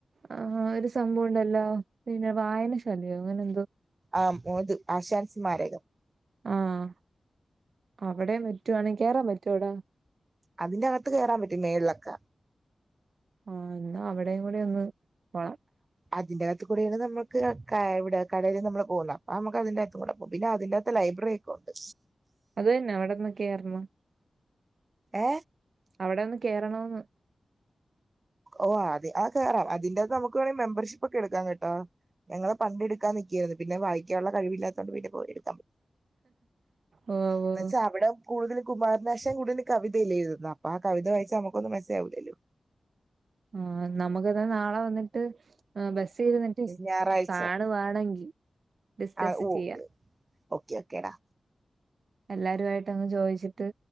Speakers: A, on the right (about 65°); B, on the right (about 35°).
A: ആ ഒരു സംഭവം ഉണ്ടല്ലോ പിന്നെ വായനശാലയോ അങ്ങനെ എന്തോ
B: ആം ന്ത് ആശാൻ സ്മാരകം
A: ആഹ അവിടെ റ്റുവാണെങ്കിൽ കേറാ പറ്റുവൊ അവിടെ
B: അതിന്റെ അകത്ത് കയറൻ പറ്റും മേളിലൊക്ക.
A: ആ എന്നാ അവിടെയും കൂടെ ഒന്ന് പ
B: അതിന്റെ അകത്ത് കൂടെയാണ് നമ്മവിടെ കടലിൽ നമ്മള് പോകുന്നെ ആ നമുക്ക് അതിന്റെ അകത്ത് കൂടെ പോവാ പിന്നെ അതിന്റെ ടെ ലൈബ്രറി ഒക്കൊണ്ട്
A: അത് തന്നെ അവ്ട്ന്ന് കേറ്ന്ന്
B: ഏ
A: അവിടൊന്ന് കേറണോന്ന്
B: ഓ അ ആ കേറാം അതിന്റെകത്ത് നമുക്ക് വേണെങ്കി മെമ്പർഷിപ്പൊക്കെ എടുക്കാം കെട്ടോ ഞങ്ങള് പങ്കെടുക്കാൻ നിക്കേര്ന്നു പിന്നെത് വായിക്കാനുള്ള കഴിവില്ലാതോണ്ട് പിന്നെ പോയി
A: ഓ
B: ന്തച്ചാ
A: ഓ
B: അവടെ കൂടുതലും കുമാരനാശ കൂട്തലും കവിതയല്ലേ എഴുതുന്നേ അപ്പാ കവിത വായിച്ചാ നമുക്കൊന്നും മസ്സിലാവൂലല്ലോ
A: ആ നമുക്ക്ന്നാ നാളെ വന്ന്ട്ട് ആ ബസ്സിരുന്ന്ട്ട്
B: ഞായറാഴ്ച
A: കാണുവാണെങ്കി ഡിസ്കസ്
B: ആ ഓ
A: ചെയ്യാ
B: ഓക്കെ ഓക്കേടാ
A: എല്ലാരുആയിട്ട് അങ് ചോയ്ച്ചിട്ട്